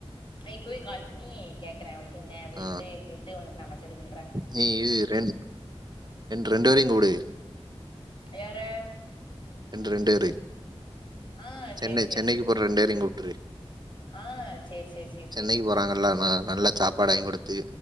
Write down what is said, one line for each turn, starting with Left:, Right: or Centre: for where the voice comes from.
Left: இப்பவே கால் பண்ணி கேக்ற அவளுக்கென்ன அப்டின்னு
Right: ஆ
Left: கேட்டு ஒனக்கு நா மெசேஜு பண்ற
Right: நீ இரு ரெண் ரெண்டு ரெண்டுவேரையு கூப்டு
Left: யார
Right: ரெண்டு ரெண்டு வேரு
Left: ஆ
Right: சென்னை
Left: சேரி சேரி
Right: சென்னைக்கு
Left: சேரி
Right: போற ரெண்டேரயு கூட்ரு
Left: ஆ சேரி சேரி சேரி
Right: சென்னைக்கி
Left: சேரி
Right: போறாங்கல்ல நா நல்லத் சாப்பாடு வாங்கிடுத்து